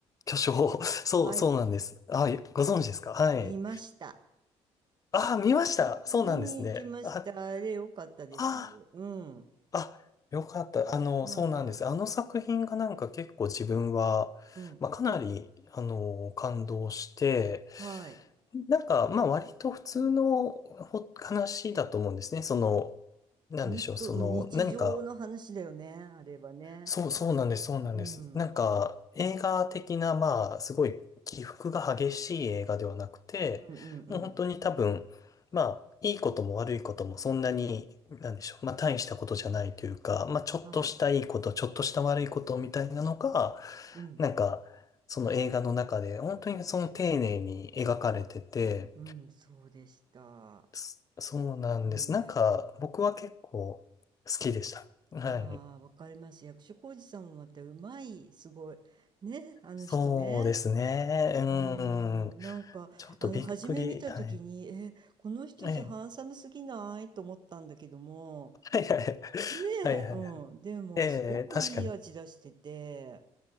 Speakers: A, on the left; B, on the right.
A: 巨匠を、<laughs> そう、
B: はい。
A: そうなんです。あ、ご存知ですかはい。
B: 見ました。
A: あ、見ました。
B: うん、
A: そうなんですね。
B: 見に行きました。
A: あ、
B: あれ、良かったです。
A: あ
B: うん。
A: あ、よかった。あの、
B: はいは
A: そうなんです。あの作品がなんか結構自分は、
B: い。うん。
A: まあ、かなり、あの、感動して、
B: はい。
A: なんか、まあ、割と普通のほ話だと思うんですね。その、なんでしょう、
B: ほんと、
A: その、
B: うん日常の話だよね。
A: 何か、
B: あれはね。
A: そう、そうなんです、そうなんです。
B: うん。
A: なんか、映画的な、まあ、すごい起伏が激しい映画ではなくて、
B: うんうんうん。
A: もう本当に多分、まあ、いいことも悪いこともそんなに、なんでしょう、まあ、大したことじゃないというか、まあ、ちょっとしたいいこと、
B: はい。
A: ちょっとした悪いことみたいなのが、
B: うん。
A: なんか、その映画の中で、本当にその丁寧に描かれてて、
B: うん、そうでした。
A: そそうなんです。
B: うん、
A: なんか、僕は結構好きでした。はい。
B: ああ、わかります。役所広司さんもまたうまい、すごい。ね、あの人ね。
A: そうですね。
B: うーん、
A: うん。
B: なんか、
A: ちょっとびっくり。
B: あの、初め見たときに、
A: はい。
B: え、この人じゃハンサムすぎないと思ったんだけども、
A: ええ。はいはい。
B: ねえ、
A: はいはいはい。
B: うん、でも、
A: ええ、
B: すごくいい味出してて、
A: 確かに。